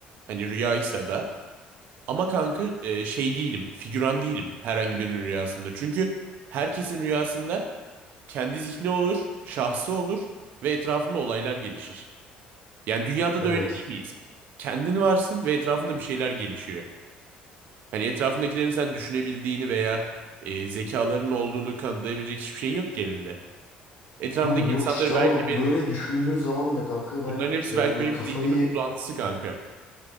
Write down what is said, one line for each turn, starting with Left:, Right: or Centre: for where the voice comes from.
Right: Hani rüyaysa da ama kanka e, şey değilim figüran değilim herhangi birinin rüyasında. Çünkü herkesin rüyasında kendi zihni olur, şahsı olur ve etrafında olaylar gelişir. Yani dünyada
Left: Evet.
Right: da öyle değil miyiz? Kendin varsın ve etrafında bir şeyler gelişiyor. Hani etrafındakilerin sen düşünebildiğini veya e, zekalarının olduğunu kanıtlayabilecek hiçbir şeyin yok ki elinde. Etrafındaki
Left: Kanka yok
Right: insanları
Left: işte
Right: belki
Left: ama
Right: bir
Left: böyle düşündüğün zaman da kanka ben
Right: bunların hepsi
Left: yani
Right: belki
Left: böyle
Right: benim
Left: kafayı
Right: zihnimin uzantısı kanka.